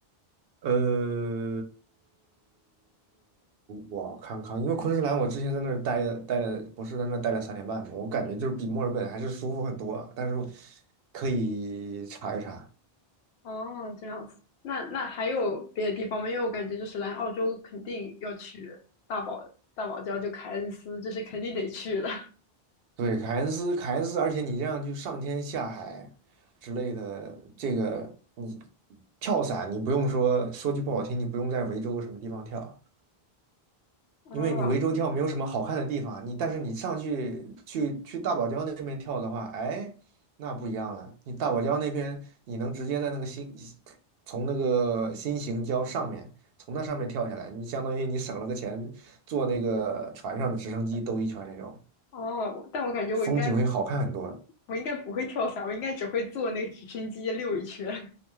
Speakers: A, on the right; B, on the left.
A: 呃，我看看，因为昆士兰我之前在那儿待了待了，不是在那儿待了三年半嘛，我感觉就是比墨尔本还是舒服很多啊。但是可以查一查，
B: 哦，这样子，那那还有别的地方吗？因为我感觉就是来澳洲肯定要去大堡大堡礁，就凯恩斯，这是肯定得去的。
A: 对，凯恩斯，凯恩斯，而且你这样就上天下海之类的，这个你跳伞，你不用说，说句不好听，你不用在维州什么地方跳，
B: 哦
A: 因为你涠洲跳没有什么好看的地方，你但是你上去去去大堡礁那边跳的话，哎，那不一样了。你大堡礁那边，你能直接在那个新从那个新型礁上面，从那上面跳下来，你相当于你省了个钱，坐那个船上的直升机兜一圈那种，
B: 哦，但我感觉我应该
A: 风景会好看很多。
B: 我应该不会跳伞，我应该只会坐那个直升机溜一圈。